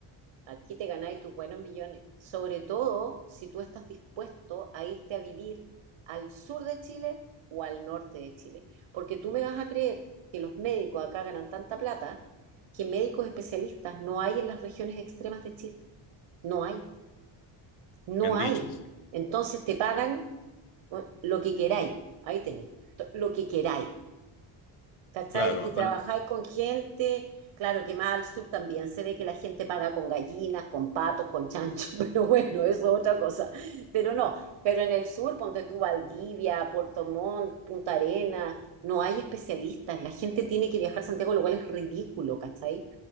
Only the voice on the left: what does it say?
Me han
dicho, sí.
Claro,
habla-